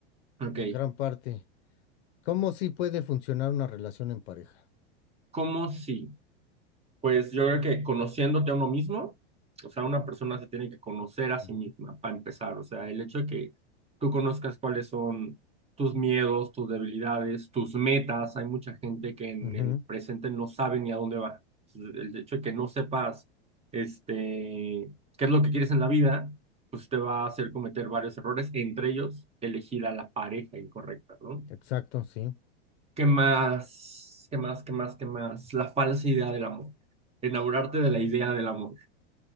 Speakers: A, on the right; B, on the left.
A: Ok,
B: En gran parte. ¿Cómo sí puede funcionar una relación en pareja?
A: ¿cómo sí? Pues yo creo que conociéndote a uno mismo, o sea, una persona se tiene que conocer a sí
B: Ujú,
A: misma para empezar, o sea, el hecho de que tú conozcas cuáles son tus miedos, tus debilidades, tus metas, hay mucha gente que en
B: ujú,
A: el presente no sabe ni a dónde va. Entonces, El hecho de que no sepas, este, qué es lo que quieres en la vida, pues te va a hacer cometer varios errores, entre ellos elegir a la pareja incorrecta, ¿no?
B: Exacto, sí.
A: ¿Qué más? ¿Qué más? ¿Qué más? ¿Qué más? La falsa idea del amor. Enamorarte de la idea del amor.